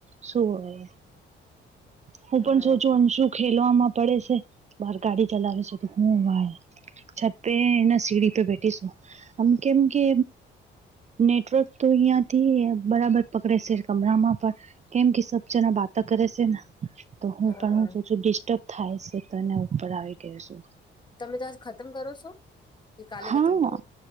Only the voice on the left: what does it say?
હા
હા
તમે તો આજ ખતમ કરો છો કે કાલે
ખતમ કરો.